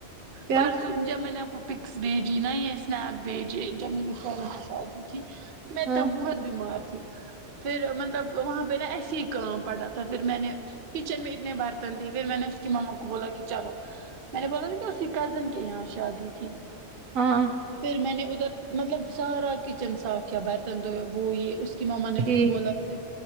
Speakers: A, on the right; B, on the right.
A: کیا
B: پرسوں جب میں نے کو پکس بھیجی نا یہ اسنیک بھیجے جب میری کی شادی تھی میں
A: ہاں
B: تب بہت بیمار تھی پھر مطلب وہاں پہ نا ایسے ہی کام پڑا تھا پھر میں نے کچن میں اتنے بار پھر میں نے اس کی ماما کو بولا کہ چلو میں نے بولا نا کہ اسکی کزن کے یہاں شادی تھی
A: ہاں
B: پھر میں نے ادھر مطلب سارا کچن صاف کیا برتن دو وہ یہ اس کہ ماما نے اس
A: ٹھیک
B: کو بولا تھ